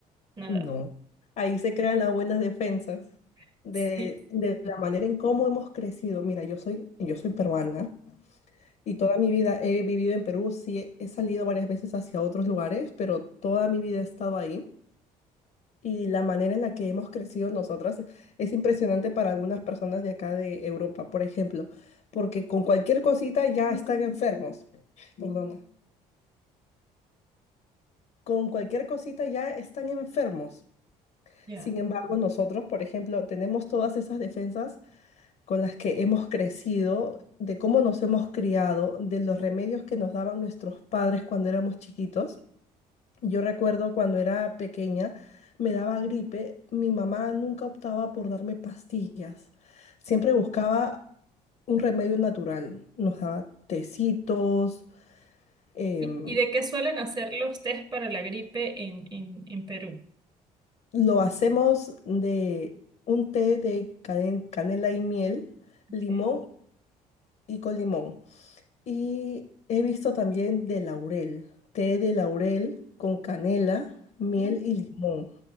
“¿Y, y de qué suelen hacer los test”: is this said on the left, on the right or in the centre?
Right